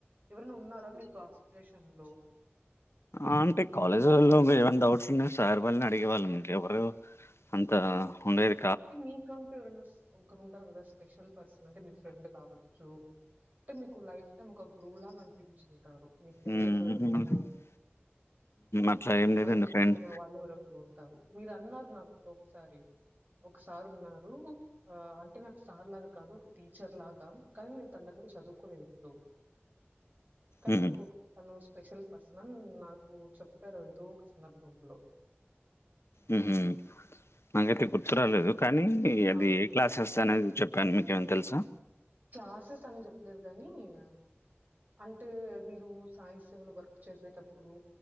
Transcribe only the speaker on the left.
అంటే కాలేజీలల్లో ఏవైనా డౌట్స్ ఉన్నా సార్ వాళ్ళని అడిగే వాళ్ళం ఇంకేవరు అంత ఉండేది
మ్మ్
అట్లా ఏం లేదండి
ఫ్రెండ్
మ్మ్
మ్మ్ఉహ్మ్ నాకైతే గుర్తు రాలేదు కానీ అది
క్లాసెస్ అనేది చెప్పాను మీకేమన్న తెలుసా